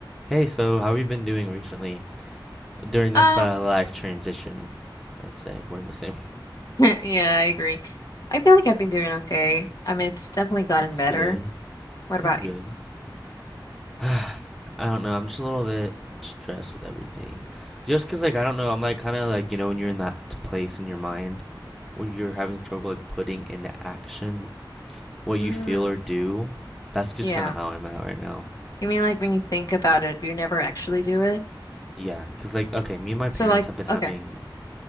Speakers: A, in the centre; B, on the left (about 45°).
A: Hey, so how have you been doing recently during this
B: Um,
A: uh, life transition? I'd say we're in the same.
B: <laughs> yeah, I agree. I feel like I've been doing okay. I mean, it's definitely gotten
A: That's
B: better.
A: good.
B: What about
A: That's good.
B: you?
A: <sighs> I don't know. I'm just a little bit stressed with everything. Just 'cause like I don't know, I'm like kind of like, you know, when you're in that place in your mind where you're having trouble like putting into action what
B: Mm,
A: you feel or do. That's just
B: yeah.
A: kind of how I'm at right now.
B: You mean, like when you think about it, but you never actually do it.
A: Yeah, 'cause like okay, me and my parents
B: So, like,
A: have been having
B: okay,